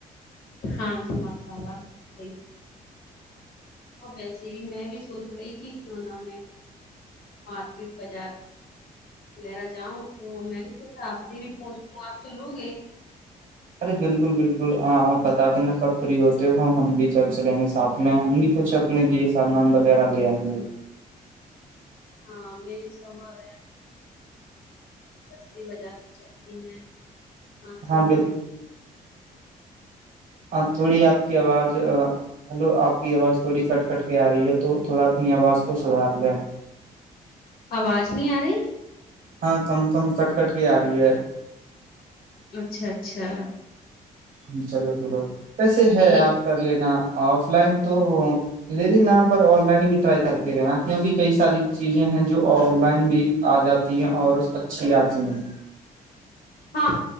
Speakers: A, on the left; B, on the right.
A: ہاں جی مساء اللہ ایک اور ویسے بھی میں بھی سوچ رہی تھی کیوں نہ میں مارکیٹ بازار لیرا جاؤں تو میں نہیں سوچا بھی پہنچوں آپ چلو گے
B: ارے بالکل بالکل آپ بتا دینا کب فری ہوتے ہو ہم بھی چل چلیں گے ساتھ میں ہم بھی کچھ اپنے لیے سامان وغیرہ لے آئیں گے
A: ہاں مری سوو رہ ہیں سستی بجار میں سلتی ہیں ہانسیی
B: ہاں بالکل
A: بچو <inaudible>
B: آ تھوڑی آپ کی آواز ہلو آپ کی آواز تھوڑی کٹ کٹ کے آ رہی ہے تو تھوڑا اپنی آواز کو سدھار لیں
A: آواز نہیں آ رہی
B: ہاں کم کم کٹ کٹ کے آ رہی ہے
A: اچھا اچھا
B: چلو چلو ویسے ہے
A: یہ
B: آپ کر لینا آف لائن تو لے لینا پر آن لائن بھی ٹرائی کرتے رہناا کیونکہ کئی ساری چیزیں ہیں جو آن لائن بھی آ جاتی ہیں اور اچھی آتی ہیں
A: ہاں